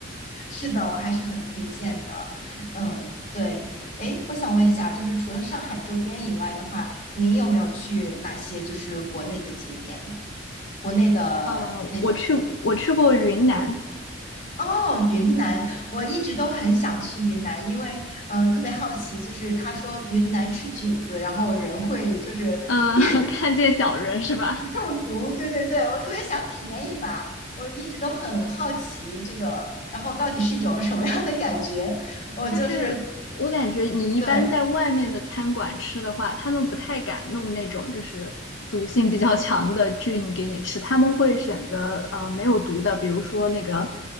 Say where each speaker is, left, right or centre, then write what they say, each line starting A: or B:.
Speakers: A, on the left; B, on the left.
A: 是的，我还是很推荐的。嗯，对。哎，我想问一下，就是除了上海周边以外的话，您有没有去哪些就是国内的景点呢？国内的那种
B: 嗯，<laughs> 嗯，我我去我去过云南，
A: 哦，云南，我一直都很想去云南，因为呃特别好奇，就是他说云南吃菌子，然后人会就是
B: 嗯
A: <laughs> 变得
B: <laughs> 看见小人是吧？
A: 中毒。对对对，我特别想体验一把，我一直都很好奇这个，然后到底是一种什么样的感觉？我就是
B: 但是我感觉你一般在外面的餐馆吃的话，
A: 对。
B: 他们不太敢弄那种就是毒性比较 <laughs> 强的菌给你吃，他们会选择呃没有毒的，比如说那个